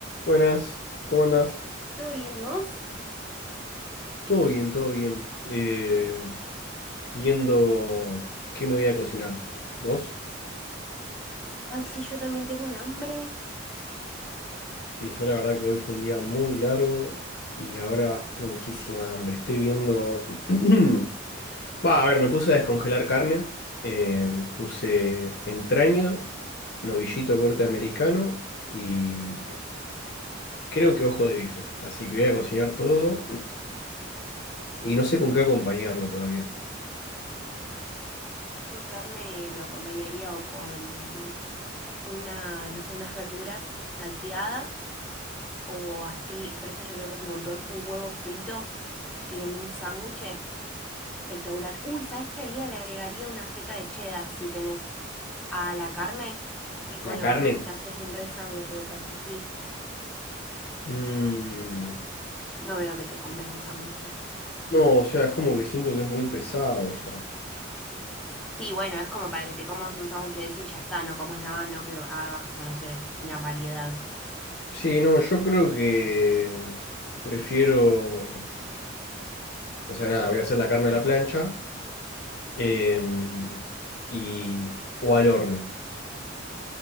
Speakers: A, on the left; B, in the centre.
A: Buenas, ¿cómo andás?
B: ¿Todo bien? ¿Y vos?
A: Todo bien, todo bien. Eh, viendo qué me voy a cocinar. ¿Vos?
B: Ay, sí, yo también tengo un hambre.
A: Sí, yo la verdad que hoy fue un día muy largo y ahora tengo muchísima hambre. Estoy viendo... <clears throat> Va, a ver, me puse a descongelar carne. Eh, puse entraña, novillito corte americano y creo que ojo de bife. Así que voy a cocinar todo <clears throat> y no sé con qué acompañarlo todavía.
B: Yo carne lo acompañaría o con una, no sé, unas verduras salteadas o así, pero esto ya creo que es un montón, un huevo frito y en un sándwich espectacular. Uy, ¿sabes qué haría? Le agregaría una feta de cheddar si tenés a la carne y con
A: La
B: el
A: carne.
B: huevo te haces un re sándwich, me parece, sí.
A: Mm.
B: No veo que te convenza mucho.
A: No, o sea, es como que siento que es muy pesado ya.
B: Sí, bueno, es como para que te comas un sándwich de eso y ya está, no comas nada más, no que hagas como, no sé, una variedad.
A: Sí, no, yo creo que prefiero, o sea, nada, voy a hacer la carne a la plancha em, y o al horno.